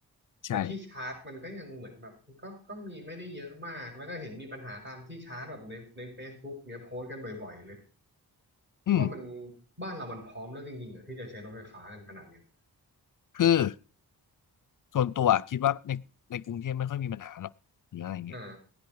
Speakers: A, on the left (about 50°); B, on the right (about 25°).
A: ใช่
B: แต่ที่ชาร์จมันก็ยังเหมือนแบบก็ก็มีไม่ได้เยอะมากแล้วก็เห็นมีปัญหาตามที่ชาร์จแบบในใน Facebook เนี้ยโพสต์กันบ่อยๆเลยคิดว่ามัน
A: อืม
B: บ้านเรามันพร้อมแล้วจริงๆเหรอที่จะใช้รถไฟฟ้ากันขนาดเนี้ย
A: คือส่วนตัวคิดว่าในในกรุงเทพไม่ค่อยมีปัญหาหรอกหรืออะไรเงี้ย
B: อ่า